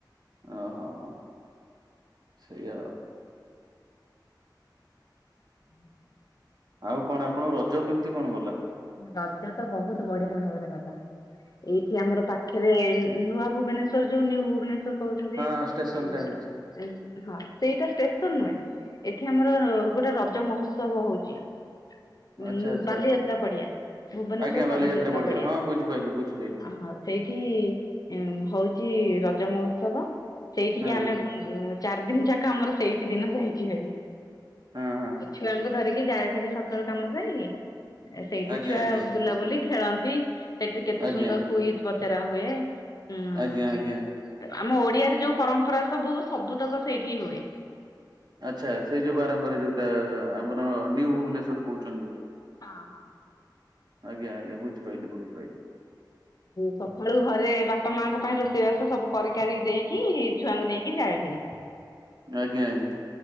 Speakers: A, on the right; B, on the left.
A: ଓହୋ ହୋ। ସେଇଆ ଆଉ।
B: ହୁଁ
A: ଆଉ କଣ ଆପଣଙ୍କ ରଜ କେମିତି କଣ ଗଲା।
B: ରଜ ତ ବହୁତ ବଢିଆ ଭାବରେ ଗଲା। ଏଇଠି ଆମର ପାଖରେ ନୂଆ ଭୁବନେଶ୍ଵର ଯୋଉ ନିଉ ଭୁବନେସ୍ୱର କହୁଛନ୍ତି
A: ହଁ ଷ୍ଟେସନ
B: ଉଁ
A: ଟା ହେଇଛି
B: ସେ ହଁ ସେଇଟା ଷ୍ଟେସନ ନୁହେଁ ଏଠି ଆମର ଗୋଟେ ରଜ ମହୋତ୍ସବ ହଉଛି। ଉ
A: ଆଚ୍ଛା ଆଚ୍ଛା
B: ବାଲିଯାତ୍ରା ପଡିଆ ଭୁବନେଶ୍ୱର
A: ଆଜ୍ଞା
B: ବାଲିଯାତ୍ରା
A: ପଡିଆ
B: ପଡିଆ।
A: ହଁ ବୁଝିପାରିଲି ବୁଝିପାରିଲି
B: ହଁ ସେଇଠି ହଉଚି ରଜ ମହୋତ୍ସବ। ସେଇଠିକି
A: ହଁ
B: ଆମେ ଚାରି ଦିନ ଯାକ ଆମର ସେଇଠି ଦିନ ଯାଇଛି ଭାରି।
A: ହଁ ହଁ
B: ଛୁଆଙ୍କୁ ଧରିକି ଯାଏ ଫାରି ସକାଳୁ କାମ ଯାଇ ସେଇଠି
A: ଆଜ୍ଞା
B: ଛୁଆ
A: ଆଜ୍ଞା।
B: ବୁଲାବୁଲି ଖେଳନ୍ତି ସେଠିରେ କେତେ
A: ଆଜ୍ଞା
B: ସୁନ୍ଦର କୁଇଜ ପଚରା ହୁଏ। ହଁ
A: ଆଜ୍ଞା ଆଜ୍ଞା।
B: ଆମ ଓଡିଆରେ ଯୋଉ ପରମ୍ପରା ସବୁ ସବୁତକ ସେଇଠି ହୁଏ।
A: ଆଚ୍ଛା ସେଇ ଯୋଉ ବାରଙ୍ଗରେ ଯୋଉଟା ଆମର ନିୁ ଭୁବନେଶ୍ଵର କହୁଛନ୍ତି ଯୋଉଟା।
B: ହଁ ହଁ
A: ଆଜ୍ଞ ଆଜ୍ଞ ବୁିଝି ପାଇଲି ବୁଝି ପାଇଲି।
B: ସକାଳୁ ଘରେ ବାପା ମାଙ୍କ ପାଇଁ ରୋଷେଇବାସ ସବୁ କରିିକିକି ଦେଇକି ଛୁଆଙ୍କୁ ନେଇକି ଯାଏ ଭାରି।
A: ଆଜ୍ଞା ଆଜ୍ଞା